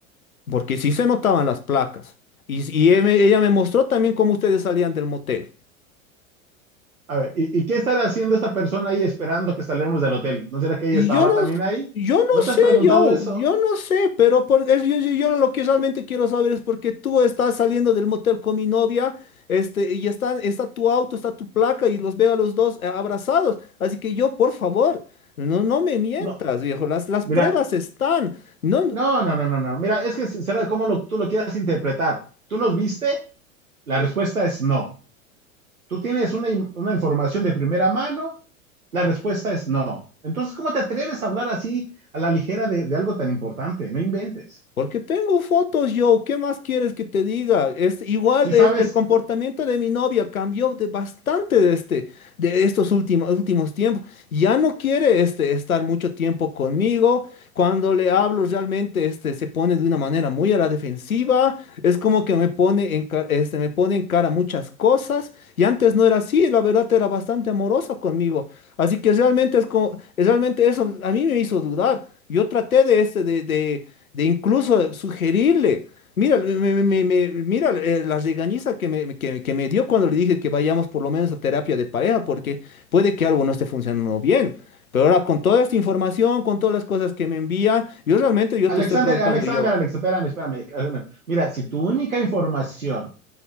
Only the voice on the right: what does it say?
A ver, ¿y, y qué estará haciendo esta persona ahí esperando que salgamos del hotel? ¿No será que ella
estaba
también ahí?
¿No
te has preguntado
eso?
No,
mira,
no, no, no, no, no. Mira, es que será como lo, tú lo quieras interpretar. ¿Tú nos viste? La respuesta es no. ¿Tú tienes una, in- una información de primera mano? La respuesta es no. Entonces, ¿cómo te atreves a hablar así a la ligera de, de algo tan importante? No inventes.
Si sabes,
Alexander,
Alexander,
Alex, espérame, espérame. Mira, si tu única información